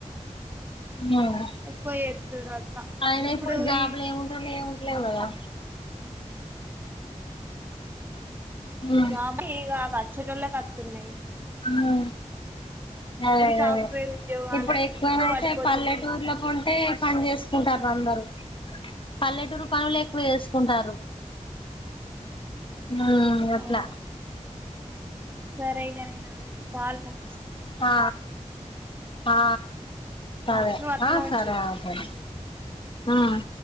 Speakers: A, on the left; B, on the right.
A: మ్
B: ఎక్కువ చేస్తుర్రు అట్లా
A: అయిన ఇప్పుడు జాబులు
B: ఈ
A: ఏముంటున్నాయి లేవు కదా ఉ
B: జాబే <unintelligible> వచ్చేటోళ్ళకు వత్తున్నాయ్
A: ఉమ్ అదే
B: ఇప్పుడు
A: అదే
B: సాఫ్ట్వేర్
A: అదే
B: ఉద్యోగాలని
A: ఇప్పుడు ఎక్కువన
B: ఎక్కువ
A: అయితే
B: పడిపోతున్నాయి
A: పల్లెటూర్లో పొంటె పని చేసుకుంటారు అందరు పల్లెటూరు పనులెక్కువ చేసుకుంటారు మ్ అట్ల
B: అవును సరే ఇగ నేను ఇది పాల్నమి
A: ఆ ఆ సరే
B: నువ్వు అట్లనే
A: ఆ సరే
B: ఉంచు
A: ఆ సరే ఉమ్